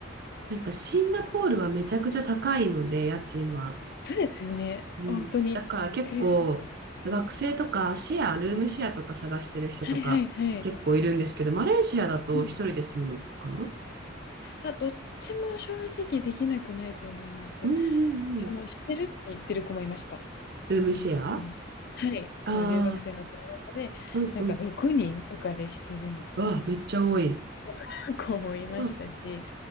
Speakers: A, on the right (about 50°); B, on the left (about 55°).
A: なんかシンガポールはめちゃくちゃ高いので、
B: だから、
A: 家賃が。
B: そうですよね、
A: うん。
B: ほんとに。
A: だから結構、
B: びっくりするぐらい。
A: 学生とかシェア、ルームシェアとか探してる人とか結構いるんですけど、
B: はいはいはい。
A: マレーシアだと一人で住むのかな
B: うん。あ、どっちも正直できなくないと思います。
A: うんうんうん。
B: その、してるって言ってる子もいました、
A: ルームシェア
B: 友達の。はい、
A: ああ
B: その留学生の子の中で、
A: ー、うんうん。
B: なんか6人とかでしてるみたいな
A: わあ、めっちゃ多い。
B: 子 <laughs> 子もいましたし
A: そっ